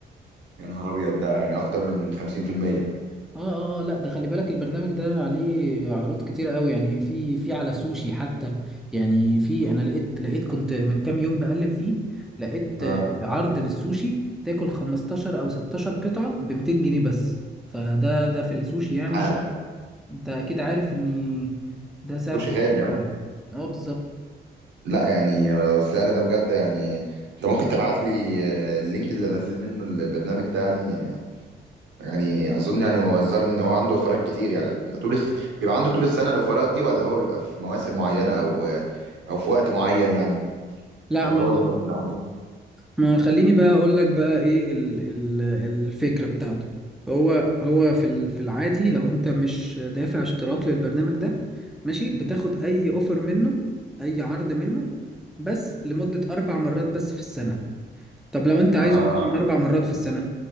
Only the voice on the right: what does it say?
يا نهار أبيض ده يعني أكتر من 50%
اه
تعالى
سوشي
غالي يعني.
لا يعني لو السعر ده بجد يعني انت ممكن تبعت لي آه، اللينك اللي انزل منه البرنامج ده يعني يعني اظن يعني هو الظاهر ان هو عنده اوفرات كتير يعني ده طول الس... بيبقى عنده طول السنة الاوفرات دي ولا هو بيبقى في مواسم معينة او آه، او في وقت معين يعني
او اللي
هو لما بيبقى عنده
اه